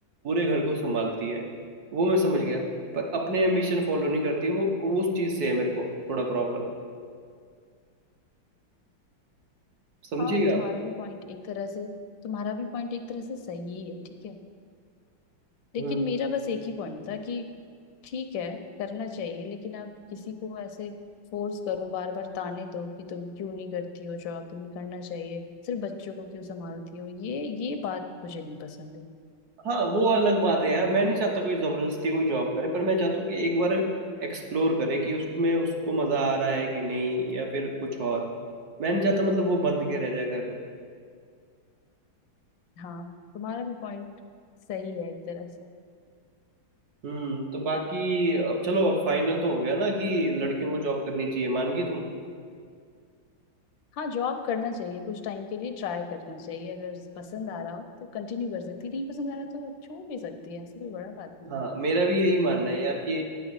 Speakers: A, on the right; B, on the left.
A: घर को संभालती है वो मैं समझ गया पर अपने एम्बिशन फॉलो नहीं करती वो उस चीज से है मेरे को थोड़ा प्रॉब्लम समझिएगा
B: हाँ तुम्हारा
A: आप
B: भी पॉइंट एक तरह से तुम्हारा भी पॉइंट एक तरह से सही है ठीक है लेकिन
A: हम्म
B: मेरा बस एक ही पॉइंट था कि ठीक है करना चाहिए लेकिन आप किसी को ऐसे फोर्स करो बार बार ताने दो कि तुम क्यों नहीं करती हो जॉब तुम्हें करना चाहिए सिर्फ बच्चों को क्यों संभालती हो ये ये बात मुझे नहीं पसंद है
A: हाँ वो अलग बात है यार मैं नहीं चाहता कोई जबरदस्ती कोई जॉब करे पर मैं चाहता हूँ कि एक बार एक्सप्लोर करे कि उसमें उसको मजा आ रहा है कि नहीं या फिर कुछ और मैं नहीं चाहता मतलब वो बंद के रह जाए घर में
B: हाँ तुम्हारा भी पॉइंट सही है एक तरह से
A: हम्म तो बाकी अब चलो अब फाइनल तो हो गया ना कि लड़कियों को जॉब करनी चाहिए मान गई तुम
B: हाँ जॉब करना चाहिए कुछ टाइम के लिए ट्राई करना चाहिए अगर पसंद आ रहा हो तो कंटिन्यू कर सकती है नहीं पसंद आ रहा तो छोड़ भी सकती है ऐसी कोई बड़ा बात नहीं
A: हाँ मेरा भी यही मानना है यार कि